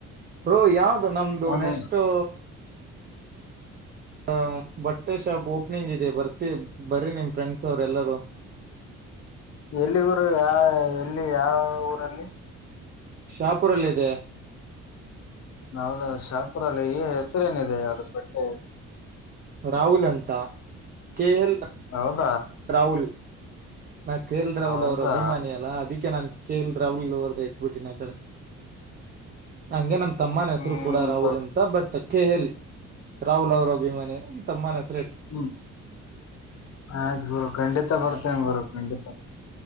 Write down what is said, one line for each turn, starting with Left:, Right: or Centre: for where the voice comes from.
Right: ಬ್ರೋ ಯಾವಗು? <inaudible> ಅದು, ನಮ್ದು
Left: ಅವ್ನು
Right: ನೆಕ್ಸ್ಟ್? <inaudible> ಹ ಬಟ್ಟೆ ಶಾಪ್ ಓಪನಿಂಗ್ ಇದೆ ಬರ್ತಿ ಬರಿ ನಿಮ್ ಫ್ರೆಂಡ್ಸ್ ಅವ್ರ ಎಲ್ಲರೂ <inaudible>
Left: ಎಲ್ಲಿ ಗುರು ಯಾ ಎಲ್ಲಿ ಯಾವ ಊರಲ್ಲಿ
Right: ಶಾಪುರಲ್ಲ್ ಇದೆ
Left: ಹೌದ ಶಾಪುರಲ್ಲಿ ಈ ಹೆಸರೇನಿದೆ ಅದ ಬಟ್ಟೆ
Right: ರಾಹುಲ್ ಅಂತ ಕೆ ಎಲ್
Left: ಹೌದ್
Right: ರಾಹುಲ್ ನಾನ ಕೆ ಎಲ್ ರಾಹುಲ್
Left: ಹೌದಾ
Right: ಅವ್ರು ಅಭಿಮಾನಿ ಅಲ್ಲಾ ಅದಕ್ಕೆ ನಾನ್ ಕೆೇ ಎಲ್ ರಾಹುಲ್ ಅವರ್ದ ಇಟ್ಬಿಟ್ಟಿನ ಆ ಕಡೆ ಹಂಗೆ ನಮ್ ತಮ್ಮನ್ ಹೆಸರು
Left: ಹ್ಮ್
Right: ಕೂಡ ರಾಹುಲ್
Left: ಬ-
Right: ಅಂತ ಬಟ್ ಕೆ ಎಲ್ ರಾಹುಲ್ ಅವರ ಅಭಿಮಾನಿ ತಮ್ಮನ ಹೆಸ್
Left: ಹ್ಮ್ ಆಯ್ತು ಗುರು ಖಂಡಿತ ಬರ್ತೇನ್ ಗುರು ಖಂಡಿತ